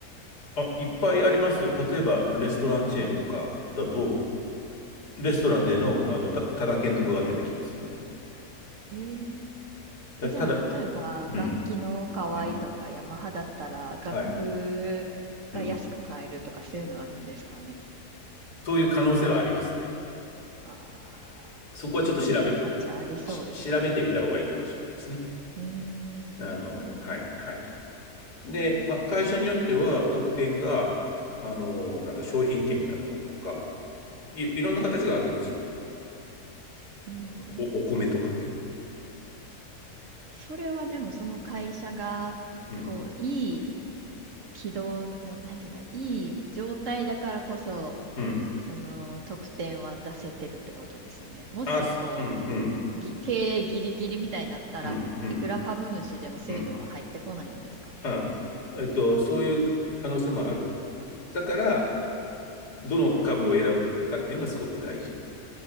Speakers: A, on the left (about 85°); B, on the right (about 55°).
A: あ、いっぱいありますよ。例えば、レストランチェーンとかだと、
B: はい。
A: レストランでの、あの、た、タダ券とかが出てきますよね。
B: ええ
A: だ、
B: え、
A: ただ、
B: じゃあ、例えば、
A: うん、
B: 楽器の可愛いとか、
A: うん、
B: ヤマハだったら、楽譜が安く買えるとか、
A: はい、うん。
B: そういうのあるんですかね。
A: そういう可能性はありますね。
B: ああ、
A: そこはちょっと調べ、
B: 見てみる価値ありそうですね。
A: し、調べてみた方がいいかもしれないですね。
B: うーん、
A: あの、
B: なるほど。
A: はいはい。で、まあ、会社によっては特典が、あの、なんだ、商品券みたいなものとか、い、いろんな形があるんですよ。
B: はい。うん、
A: お、お米とかね。
B: それはでも、その会社が、
A: うん、
B: こう、いい軌道、な、なんていうか、いい状態だからこそ、
A: うん。
B: その得点は出せてるってことですよね。もし、
A: あ、すうん、
B: こう、もう、ぎ経営ギリギリみたいになったらいくら株主でもそういうのは入ってこないんですか
A: うん、うん、うん、うん。あ、えっと、そういう可能性もある。だから、どの株を選ぶかっていうのはすごく大事。